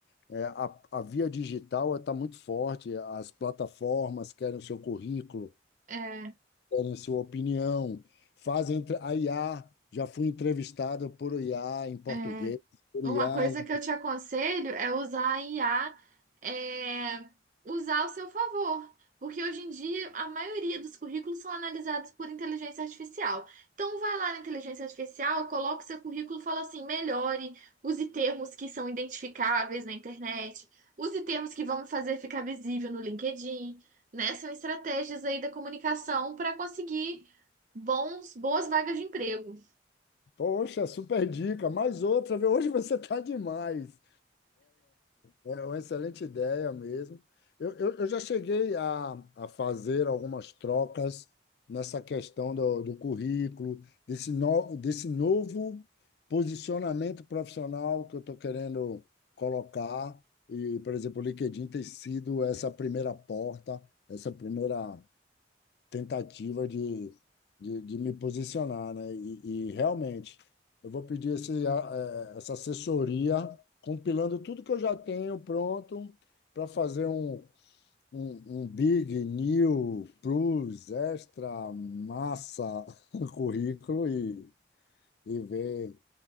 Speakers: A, on the left; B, on the right.
A: É, a, a via digital está muito forte, as plataformas querem o seu currículo
B: É,
A: querem sua opinião, fazem entre- a IA. Já fui entrevistado por IA em português,
B: é.
A: por
B: Uma
A: IA.
B: coisa
A: em-
B: que eu te aconselho é usar a IA, é, usar ao seu favor. Porque hoje em dia a maioria dos currículos são analisados por inteligência artificial. Então vai lá na inteligência artificial, coloca o seu currículo e fala assim: melhore, use termos que são identificáveis na internet, use termos que vão me fazer ficar visível no LinkedIn, né? São estratégias aí da comunicação para conseguir bons, boas vagas de emprego.
A: Poxa, super dica. Mais outra, viu? Hoje você tá demais. É uma excelente ideia mesmo. Eu, eu, eu já cheguei a, a fazer algumas trocas nessa questão do, do currículo, desse, no, desse novo posicionamento profissional que eu estou querendo colocar. E, por exemplo, o LinkedIn tem sido essa primeira porta, essa primeira tentativa de, de, de me posicionar, né? E, e realmente, eu vou pedir esse, a- eh, essa assessoria, compilando tudo que eu já tenho pronto para fazer um, um, um Big, New, Plus, Extra, Massa <laughs> currículo e, e ver